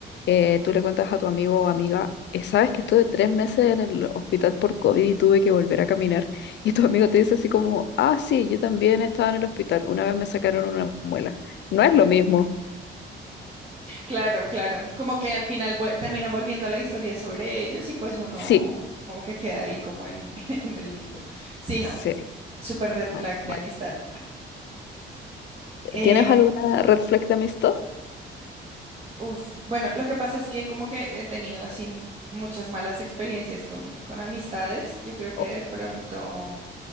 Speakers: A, on the left; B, on the right.
A: eh, tú le cuentas a tu amigo o amiga, eh, sabes que estuve tres meses en el hospital por COVID y tuve que volver a caminar, y tu amigo te dice así como, ah, sí, yo también estaba en el hospital, una vez me sacaron una muela. No es lo mismo.
B: Claro, claro. Como que al final vue- terminan volviendo a la historia sobre ellos y pues uno
A: Sí,
B: como que queda ahí como en, <laughs> en el limbo. Sí, no,
A: sí. Sí.
B: súper red
A: Mal,
B: flag de
A: mal.
B: amistad. Em,
A: ¿Tienes alguna red flag de amistad?
B: uf, bueno, lo que pasa es que como que he tenido así m- muchas malas experiencias con, con amistades. Yo creo que
A: Oh,
B: de pronto